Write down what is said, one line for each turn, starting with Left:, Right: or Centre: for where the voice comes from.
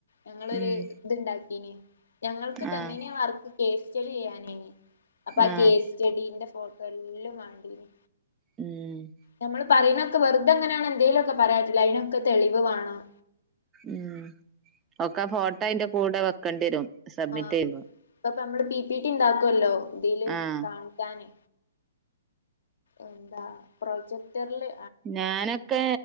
Left: ഞങ്ങളൊരു
Right: ഉം
Left: ഇത്ണ്ടാക്കീന് ഞങ്ങൾക്ക് തന്നീന്ന
Right: ആഹ്
Left: വർക്ക് കേസ് ചെടി ചെയ്യാനേനി അപ്പൊ ആ
Right: ആഹ്
Left: കേസ് ചെഡീന്റെ ഫോട്ടോ എല്ലാം വണ്ടി ന്നു
Right: ഉം
Left: നമ്മൾ പറയുന്നൊെക്കെ വെർ അതെങ്ങനെയാണ് എന്തെങ്കലും ഒക്കെ പറയാത്തിട്ട് അതിനൊക്കെ തെളിവ് വേണം
Right: ഉം ഒക്കെ ഫോട്ടോ അയിന്റെ കൂടെ വെക്കേണ്ടി വരും സബ്മിറ്റ്
Left: ആഹ്
Right: ചെയ്യുമ്പോ
Left: പ്പ നമ്മള് പി പി ടി ണ്ടാക്കൊല്ലോ തില്
Right: ആഹ്
Left: കാണിക്കാന് എന്താ പ്രൊജക്ടർല്
Right: ഞാനൊക്കെ